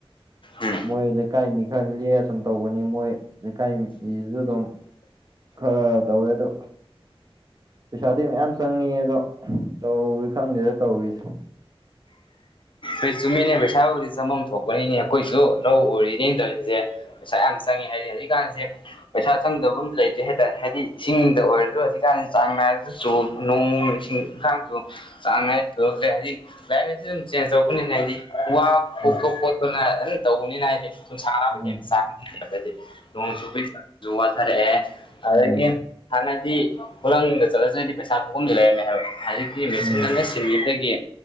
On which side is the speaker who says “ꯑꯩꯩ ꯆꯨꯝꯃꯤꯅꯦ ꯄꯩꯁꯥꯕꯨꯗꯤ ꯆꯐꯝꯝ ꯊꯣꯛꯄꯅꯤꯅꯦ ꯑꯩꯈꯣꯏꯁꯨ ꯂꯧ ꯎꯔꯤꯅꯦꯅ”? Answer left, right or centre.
Left